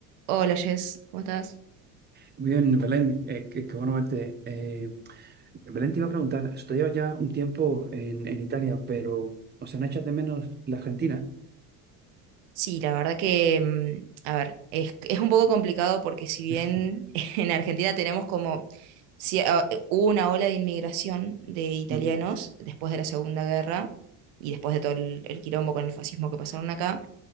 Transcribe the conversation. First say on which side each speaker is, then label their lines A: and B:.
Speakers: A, on the right (about 80°); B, on the right (about 20°).
A: Hola Jess, ¿cómo estás?
B: Bien, Belén, eh, qué, qué bueno verte. Eh, Belén te iba a preguntar, estoy ya un tiempo en, en Italia, pero ¿os han hecho de menos la Argentina?
A: Sí, la verdad que, mm, a ver, es, es un poco complicado porque si
B: <laughs>
A: bien <laughs> en Argentina tenemos como, si, ah, eh, hubo una ola de inmigración de italianos
B: Ujú.
A: después de la Segunda Guerra y después de todo el, el quilombo con el fascismo que pasaron acá,